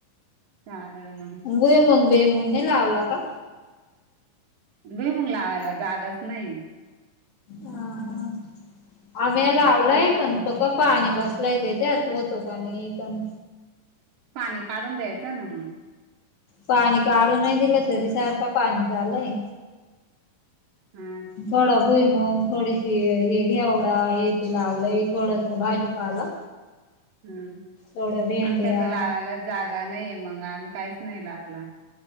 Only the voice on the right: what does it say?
चालल मंग
भुईमुग लावायला जागाच नाही.
सगळी ब-
हम्म.
पाणी काढून द्यायचं ना मग.
हा
हम्म
हम्
आमच्याक लावायला जागा नाहीये मग आम्ही काहीच नाही लावला.